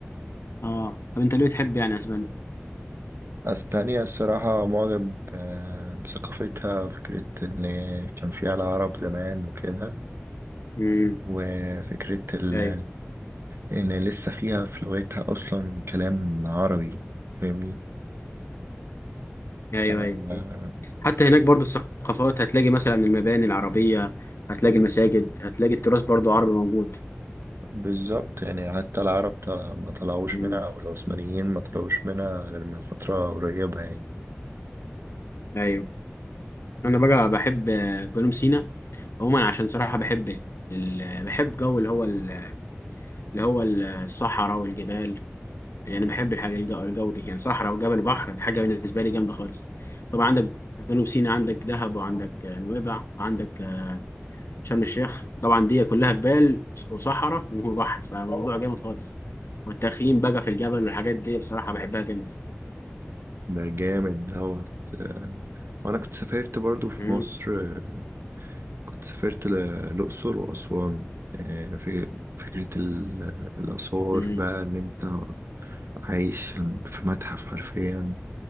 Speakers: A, on the left; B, on the right.
A: اه طب انت ليه تحب يعني اسبانيا
B: اسبانيا الصراحه معجب آه، بثقافتها فكره ان كان فيها العرب زمان وكده
A: امم
B: وفكره ال...
A: ايوه
B: ان لسه فيها في لغتها اصلا كلام عربي فاهمني
A: ايوه
B: آه،
A: ايوه حتى هناك برضو الثقافات هتلاقي مثلا المباني العربيه هتلاقي المساجد هتلاقي التراث برضو عربي موجود
B: بالظبط يعني حتى العرب طلع ما طلعوش
A: امم
B: منها او العثمانيين ما طلعوش منها غير من فترة قريبة يعني
A: ايوه انا بقى بحب آه، جنوب سينا عموما عشان صراحه بحب ال... بحب جو اللي هو ال... اللي هو الصحراء والجبال يعني بحب الحاجة الج- الجو دي يعني صحراء وجبل بحر دي حاجة بالنسبة لي جامدة خالص طبعا عندك جنوب سيناء عندك دهب وعندك آه، نويبع وعندك آه، شرم الشيخ طبعا دي كلها جبال وصحراء وبحر فموضوع جامد خالص والتخييم بقى في الجبل والحاجات دي الصراحة بحبها جامد
B: ده جامد دوت آه، وانا كنت سافرت برضو في
A: مم.
B: مصر آه، كنت سافرت ل- الأقصر وأسوان آه، في فكرة ال- الآثار
A: مم.
B: بقى إن أنت عايش في متحف حرفيا